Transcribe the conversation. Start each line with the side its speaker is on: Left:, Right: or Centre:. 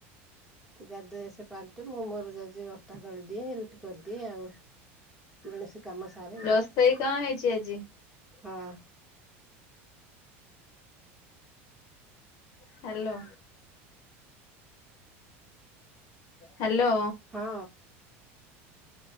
Centre: ତୁ ଯା ଡ୍ରେସ୍ ପାଲଟେ ମୁଁ ମୋର ଯାଉଛି ଅଟା ଦଳି ଦିଏ ରୁଟି। କରିଦିଏ ଆଉ ବେଳସୁ କାମ ସାରେ।
Left: ରୋଷେଇ କଣ ହେଇଚି ଆଜି?
Centre: ହଁ।
Left: ହାଲୋ। ହାଲୋ।
Centre: ହଁ।